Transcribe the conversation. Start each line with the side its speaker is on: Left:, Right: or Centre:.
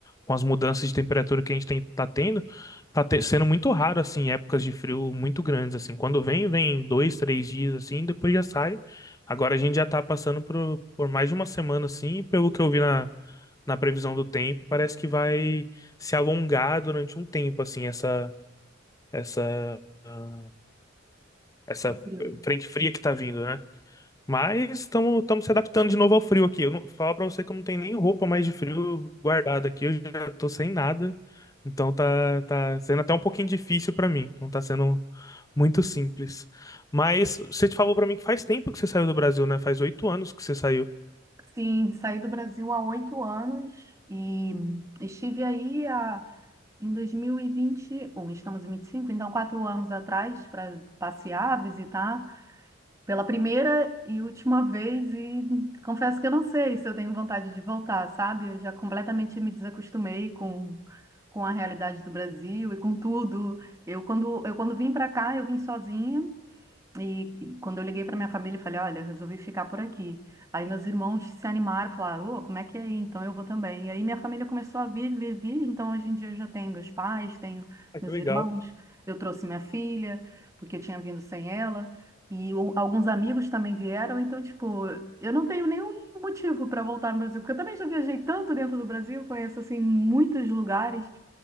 Left: com as mudanças de temperatura que a gente tem, tá tendo. Tá te- sendo muito raro, assim, épocas de frio muito grandes, assim. Quando vem, vem dois, três dias, assim, depois já sai. Agora a gente já tá passando por, por mais de uma semana, assim, e pelo que eu vi na, na previsão do tempo, parece que vai se alongar durante um tempo, assim, essa, essa, ah, essa
Right: do frio, né?
Left: frente fria que tá vindo, né? Mas estamos se adaptando de novo ao frio aqui. Eu não, falo pra você que eu não tenho nem roupa mais de frio guardada aqui. Eu já tô sem nada. Então tá, tá sendo até um pouquinho difícil pra mim. Não tá sendo muito simples. Mas você te falou pra mim que faz tempo que você saiu do Brasil, né? Faz oito anos que você saiu.
Right: Sim, saí do Brasil há oito anos e estive aí há, em 2021, estamos em 25, então quatro anos atrás, para passear, visitar. pela primeira e última vez e confesso que eu não sei se eu tenho vontade de voltar, sabe? Eu já completamente me desacostumei com, com a realidade do Brasil e com tudo. Eu quando eu quando vim para cá, eu vim sozinha e, e quando eu liguei para minha família, eu falei, olha, resolvi ficar por aqui. Aí meus irmãos se animaram, falaram, ô, como é que é? aí? Então eu vou também. E aí minha família começou a vir, vir, vir. Então hoje em dia eu já tenho meus pais, tenho
Left: Ah,
Right: meus
Left: que legal.
Right: irmãos. Eu trouxe minha filha, porque eu tinha vindo sem ela. E o- alguns amigos também vieram. Então, tipo, eu não tenho nenhum motivo para voltar no Brasil, porque eu também já viajei tanto dentro do Brasil, conheço, assim, muitos lugares